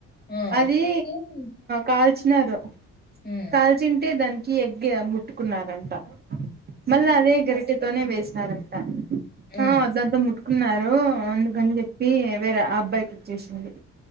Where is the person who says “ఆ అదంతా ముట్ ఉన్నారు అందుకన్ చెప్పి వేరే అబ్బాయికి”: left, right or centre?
Right